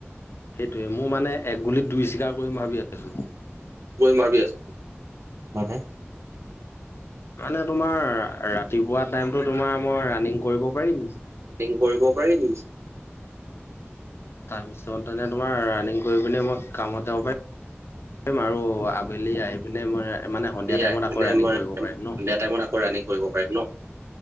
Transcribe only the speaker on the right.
মাবি আছো মানে
কৰিব পাৰিমি
সয়
আহ
মনে
মই
সন্ধিয়া
টাইমত আকৌ ৰানিিং কৰিব পাৰিম ন